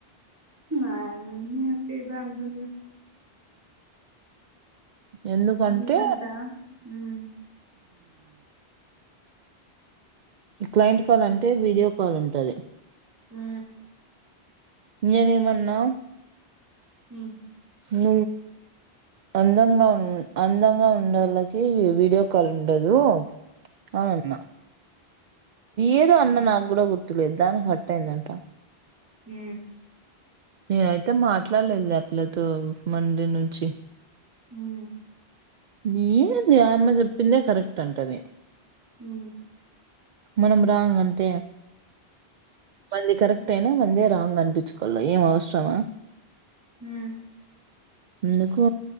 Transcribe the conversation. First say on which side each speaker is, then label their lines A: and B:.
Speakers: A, on the right; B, on the right.
A: మా మన్న అక్క ఇద కంటంద
B: ఎందుకంటే
A: ఎందుకంట ఉమ్
B: క్లయింట్ కాల్ అంటే వీడియో కాల్ ఉంటుది
A: హ
B: ఇంనేమన్నా
A: హ
B: న అందంగా ఉ అందంగా ఉండళ్ళకి వీడియో కాల్ ఉండదు అవు అన్నా ఏదో అన్న నాకు కూడా గుర్తులేదు దానికి హర్ట్ అయిందంట
A: హ
B: నేనైతే మాట్లాడలేదు ్యాపలతో మండే నుంచి
A: హ
B: నీది అమ్మ చెప్పిందే కరెక్ట్ అంటది
A: ఉ
B: మనమ రాంగన్ంట మంది క అేనా వందే రాంగ్ అనిపించుకోలే ఏం అవసరమా
A: హ
B: ఎందుకు